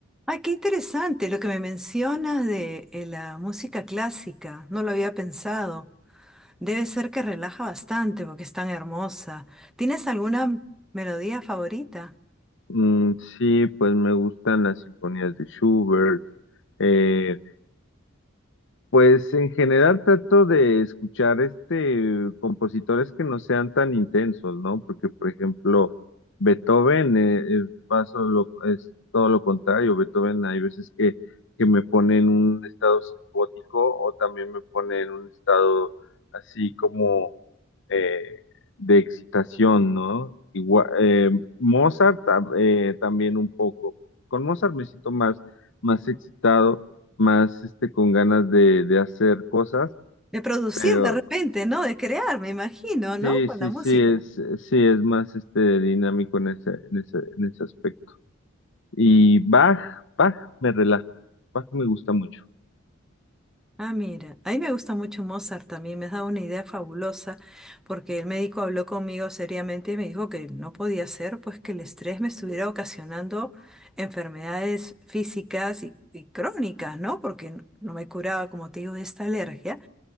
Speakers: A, in the centre; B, on the left (about 60°).
A: Ay, qué interesante lo que me mencionas de eh, la música clásica. No lo había pensado. Debe ser que relaja bastante porque es tan hermosa. ¿Tienes alguna melodía favorita?
B: Mm, sí, pues me gustan las sinfonías de Schubert. Eh, pues en general trato de escuchar este compositores que no sean tan intensos, ¿no? Porque, por ejemplo, Beethoven eh, eh, paso lo- es todo lo contrario. Beethoven hay veces que, que me pone en un estado psicótico o también me pone en un estado así como eh, de excitación, ¿no? Igua- eh, Mozart ta- eh, también un poco. Con Mozart me siento más, más excitado, más este, con ganas de, de hacer cosas,
A: De producir
B: pero
A: de repente, ¿no? De crear, me imagino, ¿no?
B: sí,
A: Con
B: sí,
A: la música.
B: sí, es, sí, es más este, dinámico en ese, en ese, en ese aspecto. Y Bach, Bach me relaja, Bach me gusta mucho.
A: Ah, mira, a mí me gusta mucho Mozart también, me has dado una idea fabulosa, porque el médico habló conmigo seriamente y me dijo que no podía ser, pues que el estrés me estuviera ocasionando enfermedades físicas y, y crónicas, ¿no? Porque n- no me curaba, como te digo, de esta alergia